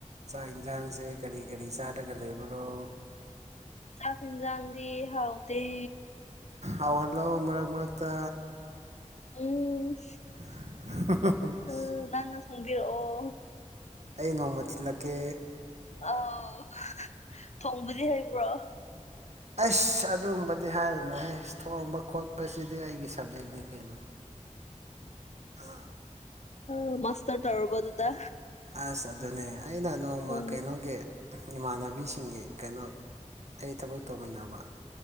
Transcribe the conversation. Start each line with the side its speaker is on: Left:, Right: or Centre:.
Right: ꯆꯥꯛ ꯌꯦꯟꯁꯥꯡꯁꯦ ꯀꯔꯤ ꯀꯔꯤ ꯆꯥꯔꯒ ꯂꯩꯕꯔꯣ
Left: ꯆꯥꯛ ꯏꯟꯖꯥꯡꯗꯤ ꯍꯥꯎꯗꯤ
Right: ꯍꯥꯎꯍꯜꯂꯥꯎꯑꯣ ꯃꯔꯛ ꯃꯔꯛꯇ
Left: ꯎꯝ
Right: <unintelligible>
Left: ꯑ ꯅꯪꯅ ꯊꯡꯕꯤꯔꯛꯑꯣ
Right: ꯑꯩ ꯅꯣꯡꯃ ꯊꯤꯜꯂꯛꯀꯦ
Left: ꯑꯥꯎ ꯊꯣꯡꯕꯗꯤ ꯍꯩꯕ꯭ꯔꯣ
Right: ꯑꯁ ꯑꯗꯨꯝꯕꯗꯤ ꯍꯥꯏꯔꯅꯨꯍꯦ ꯊꯣꯡꯕ ꯈꯣꯠꯄꯁꯤꯗꯤ ꯑꯩꯒꯤ ꯁꯕꯖꯦꯛꯅꯤ ꯀꯩꯅꯣ
Left: ꯑ ꯃꯥꯥꯁꯇꯔ ꯇꯧꯔꯕ ꯑꯗꯨꯗ
Right: ꯑꯁ ꯑꯗꯨꯅꯦ ꯑꯩꯅ ꯅꯣꯡꯃ
Left: ꯑ
Right: ꯀꯩꯅꯣꯒꯤ ꯏꯃꯥꯟꯅꯕꯤꯁꯤꯡꯒꯤ ꯀꯩꯅꯣ ꯑꯩ ꯊꯕꯛ ꯇꯧꯃꯤꯟꯅꯕ